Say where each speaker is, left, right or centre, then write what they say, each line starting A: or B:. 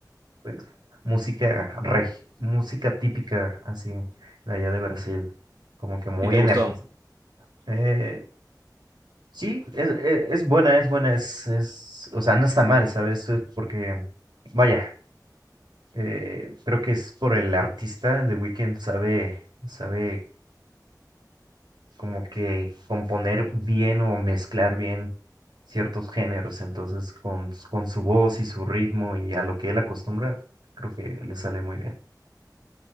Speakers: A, on the right; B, on the right.
A: pues, música reg- música típica así de allá de Brasil, como que muy
B: ¿Y te gustó?
A: enérgica. Eh, sí, es, es, es buena, es buena, es, es, o sea, no está mal, ¿sabes? Es Porque, vaya, eh, creo que es por el artista, The Weeknd sabe, sabe como que componer bien o mezclar bien ciertos géneros. Entonces, con, s- con su voz y su ritmo y a lo que él acostumbra, creo que le sale muy bien.